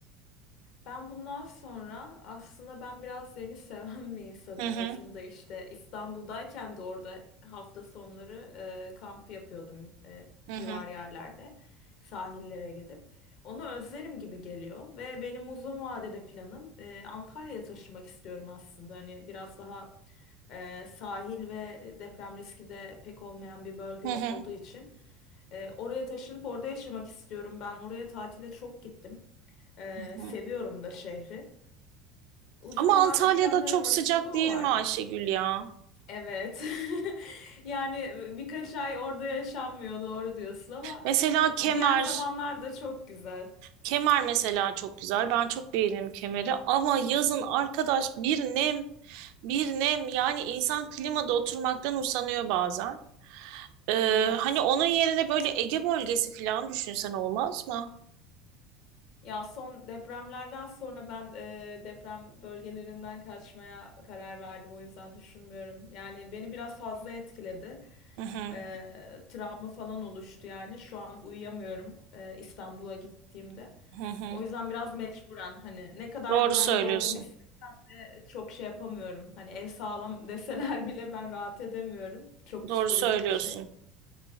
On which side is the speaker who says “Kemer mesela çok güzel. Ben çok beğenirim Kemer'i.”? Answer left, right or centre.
Right